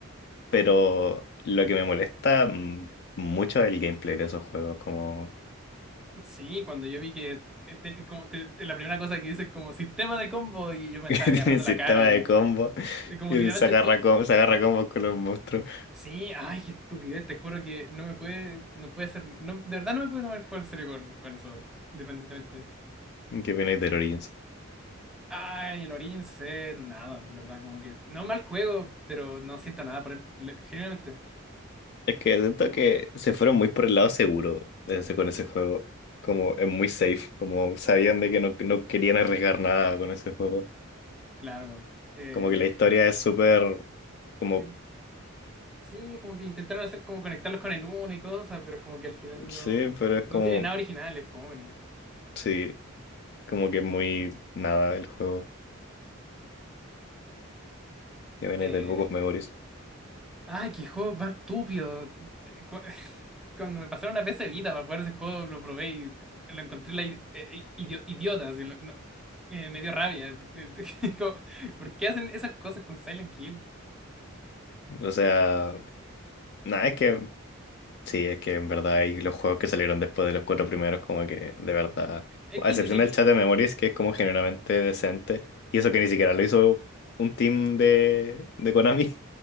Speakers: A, on the left; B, in the centre.
A: pero lo que me molesta mm, mucho es el gameplay de esos juegos, como
B: sí, cuando yo vi que te- te- como te- te- la primera cosa que dice es como sistema de combo y
A: <laughs>
B: yo me
A: que
B: estaba agarrando
A: tienen sistema
B: la cara, así.
A: de combo
B: Y Como
A: y
B: literalmente
A: se agarra,
B: to-
A: com- se agarra combos con los monstruos.
B: Sí, ay, qué estupidez, te juro que no me puede, no puede hacer, no, de verdad no me puede tomar el juego en serio con, con eso, independientemente.
A: ¿Qué viene de Origins?
B: Ay, el Origins es nada, en verdad, como que, no mal juego, pero no siento nada por él, le- genuinamente,
A: Es que siento que se fueron muy por el lado seguro ese- con ese juego. Como es muy safe, como sabían de que no, no querían arriesgar nada con ese juego.
B: claro. eh,
A: Como que la historia es súper, como,
B: eh, sí, como que intentaron hacer como conectarlos con el 1 y cosas, pero como que al final
A: sí,
B: no,
A: pero es
B: no
A: como,
B: tiene nada original, es fome, ¿no?
A: sí, como que es muy nada el juego que viene
B: Eh,
A: del Book of Memories.
B: Ay, qué juego más estúpido. Eh, Cu- <laughs> Cuando me pasaron a PC Vita, me acuerdo ese juego, lo probé y lo encontré la i- eh, idio- idiota. así, lo- no- me, me dio rabia. <laughs> Como, ¿por qué hacen esas cosas con Silent Hill?
A: O sea, nada, es que Sí, es que en verdad y los juegos que salieron después de los cuatro primeros, como que de verdad,
B: Es
A: a
B: que
A: excepción
B: ni siquiera.
A: del chat de Memories, que es como generalmente decente, y eso que ni siquiera lo hizo un team de, de Konami,